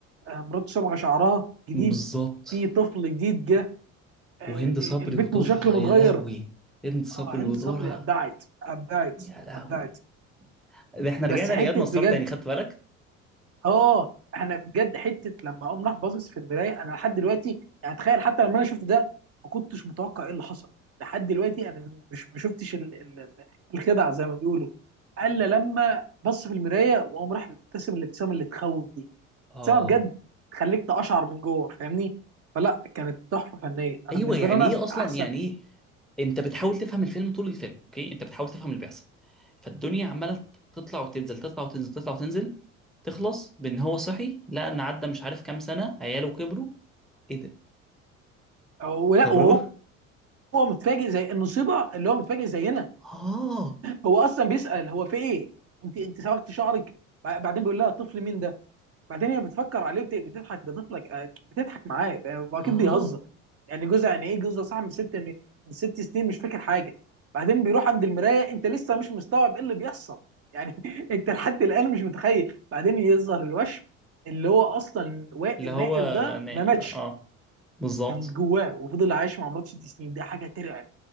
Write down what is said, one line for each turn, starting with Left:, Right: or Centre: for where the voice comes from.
Right: آه، مراته صبغه شعرها جديد
Centre: بالظبط
Right: في طفل جديد جه آه،
Centre: وهند صبري
Right: البيت
Centre: ودورها
Right: مش شكله
Centre: يا
Right: متغير
Centre: لهوي هند صبري
Right: آه، هند
Centre: ودورها
Right: صبري ابدعت ابدعت
Centre: يا لهوي
Right: ابدعت
Centre: ده احنا
Right: بس
Centre: رجعنا
Right: حته
Centre: لإياد نصار
Right: بجد
Centre: تاني خدت بالك؟
Right: اه انا بجد حته لما اقوم راح باصص في المرايه انا لحد دلوقتي يعني تخيل حتى لما انا شفت ده ما كنتش متوقع ايه اللي حصل لحد دلوقتي انا مش ما شفتش ال- ال- ال- الخدعه زي ما بيقولوا الا لما بص في المرايه وقام راح مبتسم الابتسامه اللي تخوف دي
Centre: اه
Right: ابتسامه بجد تخليك تقشعر من جوه فاهمني فلا كانت تحفه فنيه انا
Centre: ايوه
Right: بالنسبه
Centre: يعني
Right: لي انا
Centre: ايه
Right: من
Centre: اصلا
Right: احسن
Centre: يعني ايه انت بتحاول تفهم الفيلم طول الفيلم اوكي انت بتحاول تفهم اللي بيحصل فالدنيا عماله تطلع وتنزل تطلع وتنزل تطلع وتنزل تخلص بان هو صحي لقى ان عدى مش عارف كام سنه عياله كبروا ايه ده
Right: ولا
Centre: اتخرجوا
Right: وهو هو متفاجئ زي المصيبه اللي هو متفاجئ زينا
Centre: اه
Right: هو اصلا بيسال هو في ايه انت انت صبغت شعرك بع- بعدين بيقول لها الطفل مين ده بعدين هي بتفكر عليه وبت- بتضحك ده طفلك آه، بتضحك معاه آه، واكيد
Centre: اه
Right: بيهزر يعني جوزها يعني ايه جوزها صاحب من ست من من ست سنين مش فاكر حاجه بعدين بيروح عند المرايه انت لسه مش مستوعب ايه اللي بيحصل يعني <laughs> انت لحد الان مش متخيل بعدين يظهر الوشم اللي هو اصلا وا-
Centre: اللي
Right: النائل
Centre: هو
Right: ده
Centre: أنا-
Right: ما ماتش
Centre: اه بالظبط
Right: كان جواه وفضل عايش مع مراته ست سنين دي حاجه ترعب